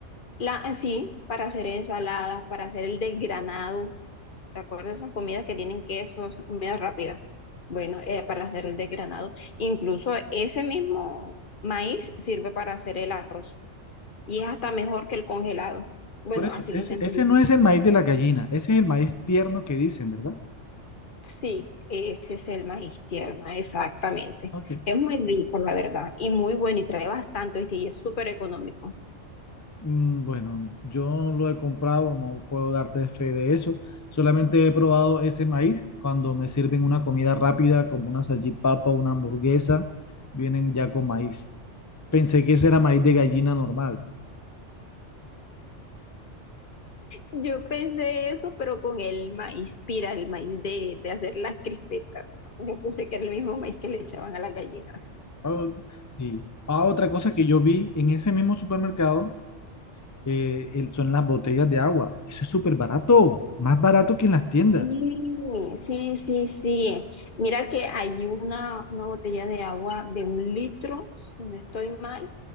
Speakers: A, on the left (about 50°); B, on the left (about 25°).
A: La, eh, sí, para hacer ensaladas, para hacer el desgranado. ¿Te acuerdas de esas comidas que tienen queso, esas comidas rápidas? Bueno, eh, para hacer el desgranado. Incluso ese mismo maíz sirve para hacer el arroz y es hasta mejor que el congelado. Bueno,
B: Por eso,
A: así
B: ese,
A: lo siento
B: ese
A: yo.
B: no es el maíz de la gallina, ese es el maíz tierno que dicen, ¿verdad?
A: Sí, ese es el maíz tierno, exactamente.
B: Ok.
A: Es muy rico, la verdad, y muy bueno y trae bastante, ¿viste? Y es súper económico.
B: Mm, Bueno, yo no lo he comprado, no puedo darte fe de eso. Solamente he probado ese maíz cuando me sirven una comida rápida como una salchipapa, una hamburguesa, vienen ya con maíz. Pensé que ese era maíz de gallina normal.
A: Yo pensé eso, pero con el maíz pira, el maíz de, de hacer las crispetas. Yo pensé que era el mismo maíz que le echaban a las gallinas.
B: Ah, sí. Ah, otra cosa que yo vi en ese mismo supermercado eh, el- son las botellas de agua. Eso es súper barato, más barato que en las tiendas.
A: Sí, sí, sí, sí. Mira que hay una, una botella de agua de un litro, si no estoy mal,